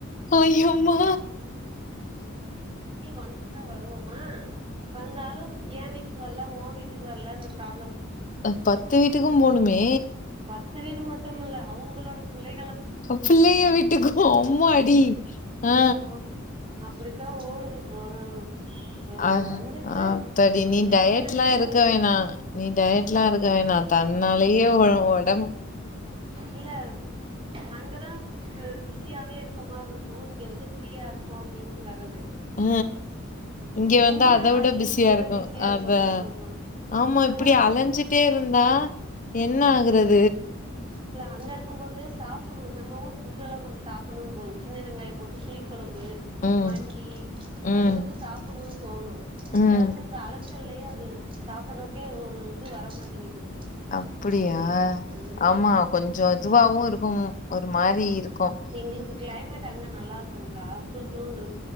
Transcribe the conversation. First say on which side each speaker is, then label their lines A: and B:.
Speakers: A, on the left (about 40°); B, on the right (about 25°).
A: அய்யோம்மா
B: ஒன்ஸ்தா வருவம் மா வந்தாலும் ஏ வீட்டுக்கு வரல உ வீட்டுக்கு வரல இந்த ப்ராப்
A: அ பத்து வீட்டுக்கு போணுமே
B: பத்து வீடு மட்டும் இல்ல அவங்களோட பிள்ளை
A: அ பிள்ளைய வீட்டுக்கு அம்மாடி ஆ.
B: ஆமா அப்டித்தா ஓடுது ப்ப ஒரு இப்ப நா
A: ஆ
B: வந்துட்டு
A: ஆ தாடி நீ
B: எத்தன
A: டயட்லா
B: வீடு
A: இருக்க
B: போயிருப்ப
A: வேணா நீ டயட்லா இருக்க வேணா தன்னா <unintelligible>
B: இல்ல அங்கதா ப பிஸியாவே இருக் இருக்க மார் இருக்கு இங்க வந்து ஃப்ரீயா இருக்கு அப்டின்டுவர்றது
A: ஹ இங்க வந்தா
B: இங்கதா
A: அத விட
B: அதிகமேட
A: பிஸியா இருக்கு
B: பிஸியா
A: அதா
B: இருக்க மாரி இருக்கு
A: ஆமா
B: அங்க
A: இப்டி
B: இருக்கும்
A: அலஞ்சிட்டே
B: போது
A: இருந்தா என்ன ஆகிறத்
B: இல்ல அங்க இருக்கு போது சாப் புன்னு நம்ம ஊர் ஃபுட்டெல்லா கொஞ்ச சாப்பின்ணு போலா சின்ன வெங்காயம் போட்டு புளிக் கொழம்பு
A: ம்
B: மந்தி
A: ம்
B: கொஞ்ச கொஞ்சோ சாப்பிட்ணுனு தோணு இங்க
A: ம்
B: வந்து அந்த ஆலச் ச்சல்லயே அது சாப்பிடறக்கே ஒரு இது வரமாட்டேங்குது
A: அப்படியா
B: இது ஆ இந்த
A: ஆமா கொஞ்சோ இதுவாவு இருக்கு ஒரு மாரி இருக்கு
B: எங்ளுக்கு கிளைமேட் அங்க நல்லா இருக்கு கா குழு குழுனு இருக்